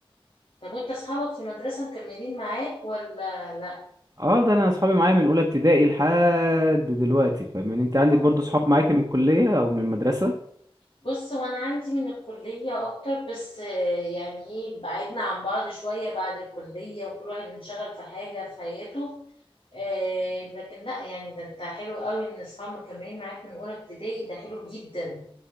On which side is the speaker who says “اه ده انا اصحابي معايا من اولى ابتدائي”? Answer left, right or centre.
Right